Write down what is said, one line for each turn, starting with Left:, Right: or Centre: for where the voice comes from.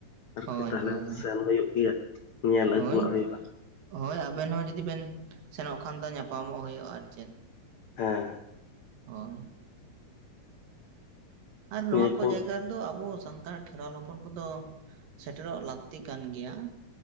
Left: ᱟᱨᱠᱤ
Right: ᱦᱳᱭ
Left: ᱛᱟᱦᱚᱞᱮ
Right: ᱦᱳᱭ
Left: ᱥᱮᱱ ᱦᱩᱭᱩᱜ ᱜᱮᱭᱟ, ᱧᱮᱞ
Right: ᱦᱳᱭ
Left: ᱟᱹᱜᱩᱣᱟᱜ ᱦᱩᱭᱩᱜᱼᱟ ᱾
Right: ᱦᱳᱭ ᱟᱵᱮᱱ ᱦᱚᱸ ᱡᱩᱫᱤ ᱵᱮᱱ ᱥᱮᱱᱚᱜ ᱠᱷᱟᱱ ᱫᱚ ᱧᱟᱯᱟᱢᱚᱜ ᱦᱩᱭᱩᱜᱼᱟ, ᱟᱨ ᱪᱮᱫ ᱾
Left: ᱦᱮᱸ ᱾
Right: ᱦᱚᱭ ᱾ ᱟᱨ ᱱᱚᱣᱟ
Left: ᱱᱤᱭᱟᱹ
Right: ᱠᱚ
Left: ᱠᱚᱧ
Right: ᱡᱟᱭᱜᱟᱼᱼ ᱟᱫᱚ ᱟᱵᱚ ᱥᱟᱱᱛᱟᱲ ᱠᱷᱮᱨᱣᱟᱞ ᱦᱚᱯᱚᱱ ᱠᱚᱫᱚ ᱥᱮᱴᱮᱨᱚᱜ ᱞᱟᱹᱠᱛᱤ ᱠᱟᱱ ᱜᱮᱭᱟ ᱾